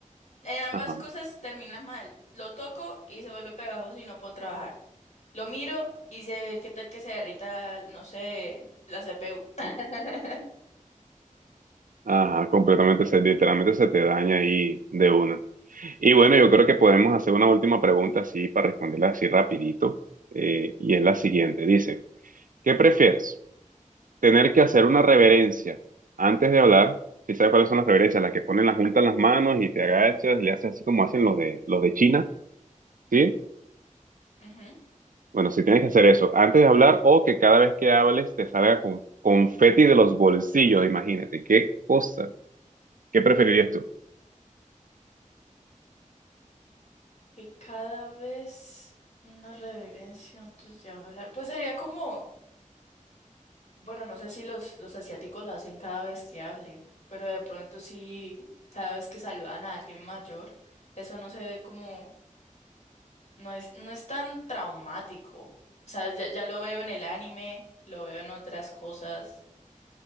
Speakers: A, on the left; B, on the right.
A: en ambas
B: Ajá.
A: cosas termina mal. Lo toco y se vuelve pegajoso y no puedo trabajar. Lo miro y sé qué tal que se derrita, no sé, la CPU. <laughs>
B: Ajá, completamente, se, literalmente se te daña ahí de una. Y bueno, yo creo que podemos hacer una última pregunta así para responderla así rapidito. eh, y es la siguiente. Dice, ¿qué prefieres? ¿Tener que hacer una reverencia antes de hablar? Si sabes cuáles son las reverencias, las que ponen la junta en las manos y te agachas y le haces así como hacen los de, los de China, ¿sí?
A: Ujú.
B: Bueno, si tienes que hacer eso antes de hablar o que cada vez que hables te salga con confeti de los bolsillos, imagínate, qué cosa. ¿Qué preferirías tú?
A: Que cada vez una reverencia antes de hablar. Pues sería como, bueno, no sé si los, los asiáticos lo hacen cada vez que hablen, pero de pronto sí, cada vez que saludan a alguien mayor, eso no se ve como No es, no es tan traumático. O sea, ya, ya lo veo en el anime, lo veo en otras cosas.